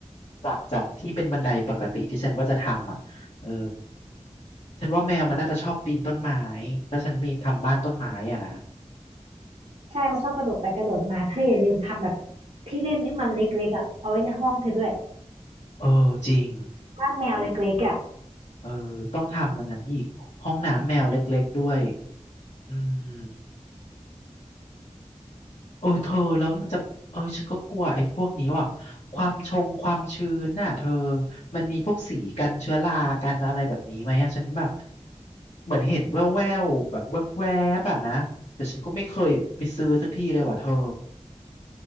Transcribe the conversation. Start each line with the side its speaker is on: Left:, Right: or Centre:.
Left: จากจากที่เป็นบันไดปกติที่ฉันว่าจะทำอ่ะเออฉันว่าแมวมันน่าจะชอบปีนต้นไม้ถ้าฉันมีทำบ้านต้นไม้อ่ะนะ
Right: ใช่มันชอบกระโดดไปกระโดดมาเธออย่าลืมทำแบบที่เล่นให้มันเล็กๆอ่ะเอาไว้ในห้องเธอด้วย
Left: เออจริง
Right: บ้านแมวเล็กๆอ่ะ
Left: โอ้เออต้องทำมันนั้นอีกห้องน้ำแมวเล็กๆด้วยอืม โอ้ยเธอแล้วมันจะเออฉันก็กลัวไอ้พวกนี้ว่ะความชงความชื้นน่ะเธอมันมีพวกสีกันเชื้อรากันอะไรแบบนี้ไหมอะฉันแบบเหมือนเห็นแววๆแบบแวบๆอะนะแต่ฉันก็ไม่เคยไปซื้อสักทีเลยว่ะเธอ